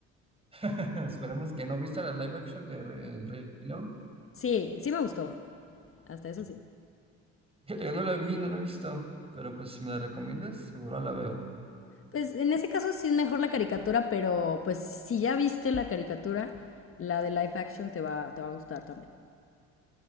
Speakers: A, on the right; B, on the left.
A: <laughs> Esperemos que no. ¿Viste la live action de Re- El Rey León?
B: Sí, sí me gustó. Hasta eso sí.
A: Fíjate, yo no la vi, no la he visto, pero pues si me la recomiendas, seguro la veo.
B: Pues en ese caso sí es mejor la caricatura, pero pues si ya viste la caricatura, la de live action te va, te va a gustar también.